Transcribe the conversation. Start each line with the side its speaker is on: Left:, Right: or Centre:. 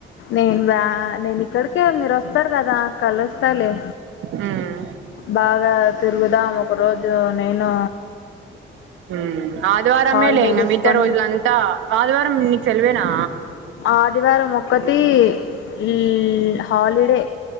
Left: నేను వ్య నేను ఇక్కడికే మీరు వస్తారు కదా కలుస్తాలే
Right: ఉమ్
Left: బాగా తిరుగుదాం ఒక రోజు నేను
Right: హుమ్మ్ ఆదివారమేలే
Left: హాలిడే
Right: ఇంగ
Left: తీసుకొని
Right: మిగతా రోజులంతా ఆదివారం నికు సెలవేనా
Left: ఆదివారం ఒక్కటి ల్ల్ హాలిడే